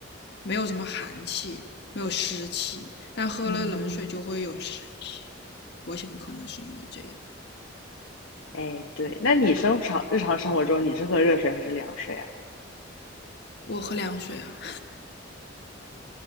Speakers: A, on the left; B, on the left.
A: 没有什么寒气，没有湿气，但喝了冷水就会有湿气。
B: 嗯，
A: 我想可能是因为这样。
B: 哎，对，那你生常日常生活中你是喝热水还是凉水啊？
A: 我喝凉水啊，